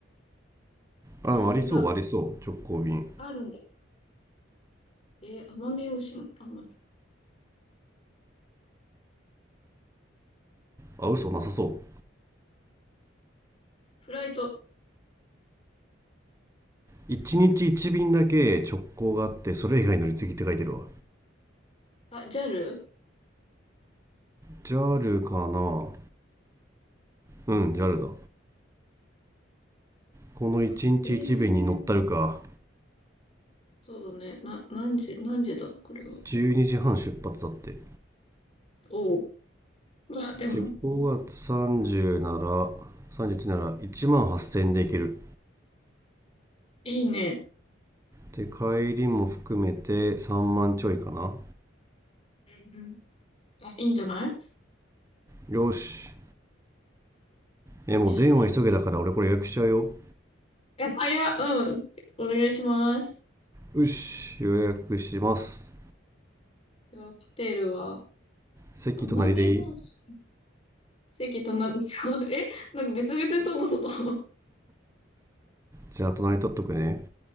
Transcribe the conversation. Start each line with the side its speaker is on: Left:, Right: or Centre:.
Right: あありそうありそう直行便
Left: 羽田、あるんだ。えー奄美大島、奄美。
Right: あ嘘なさそ
Left: フライト、
Right: う1日1便だけ直行があってそれ以外乗り継ぎって書いてるわ
Left: あ、JAL?
Right: JAL かなうん JAL だこの1日1便に乗ったるか
Left: あ、ええー、そうだね。な、何時、何時だ、これは。
Right: 12時半出発だって
Left: おう。うわ、でも、
Right: で5月30なら31なら1 8000円で行ける
Left: いいね。
Right: で帰りも含めて3万ちょいかな
Left: うんうん。あ、いいんじゃない
Right: よしえもう全は急げだから俺これ予約しちゃうよ
Left: じゃあ、それにしよう。え、あ、いや、うん。お願いします。
Right: よし予約します
Left: じゃあ、ホテルは、
Right: 席隣でいい
Left: 奄美大島。席とな、そう、えなんか別々にそこそこ。
Right: じゃあ隣取っとくね